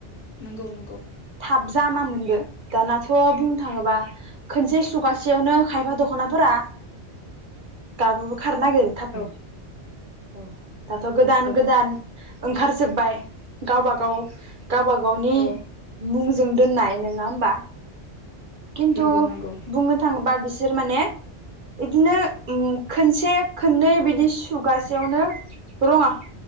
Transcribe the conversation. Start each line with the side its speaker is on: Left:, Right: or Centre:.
Left: नंगौ नंगौ
Right: थाब जामामोनबो दानाथ बुंनो थाङोबा खनसे सुगासेयावनो खायफा दखनाफोरा गाब खारनो नागिरो थाबनो।
Left: औ
Right: औ दाथ गोदान
Left: औ
Right: गोदान ओंखारजोब्बाय गावबा गाव गावबागावनि
Left: औ
Right: जों दोननाय नङा होमबा? खिन्थु
Left: नंगौ नंगौ
Right: बुंनो थाङोबा बिसे बिसोर माने बिदिनो ओ खोनसे खननै बिदि सुगासेयावनो रङा